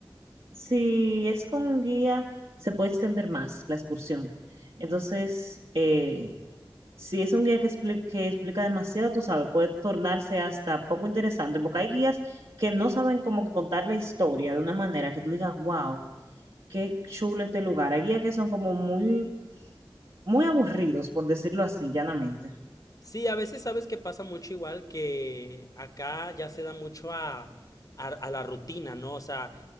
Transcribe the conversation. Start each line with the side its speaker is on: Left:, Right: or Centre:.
Right: si es con un guía, se puede extender más la excursión. Entonces, eh, Si es un guía que explica, que explica demasiado, tú sabes, puede tornarse hasta poco interesante, porque hay guías que no saben cómo que contar la historia de una manera que tú digas, wow, qué chulo este lugar. Hay guías que son como muy, muy aburridos, por decirlo así, llanamente.
Left: Sí, a veces sabes que pasa mucho igual que acá ya se da mucho a, a- a la rutina, ¿no? O sea,